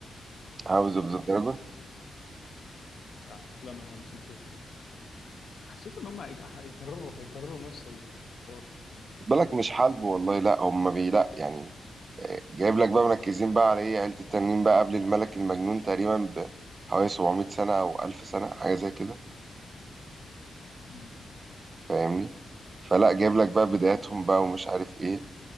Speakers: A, on the right; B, on the left.
A: هاوس
B: لا
A: أوف ذا دراجون؟
B: عارف لا ما ما سمعتوش لا حسيت ان هم هيك- هيكرروا هيكرروا نفس ال- الحوار ده
A: خد بالك مش حلب والله لا هم بي لا يعني آه، جايب لك بقى مركزين بقى على ايه عيلة التنين بقى قبل الملك المجنون تقريبا بحوالي 700 سنة أو 1000 سنة حاجة زي كده
B: مم.
A: فاهمني فلا جايب لك بقى بداياتهم بقى ومش عارف ايه